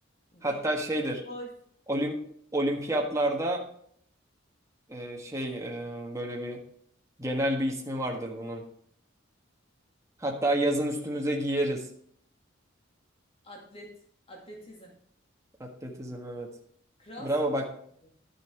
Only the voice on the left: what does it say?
gol,
golf,
atlet, atletizm.
Kral
sporu.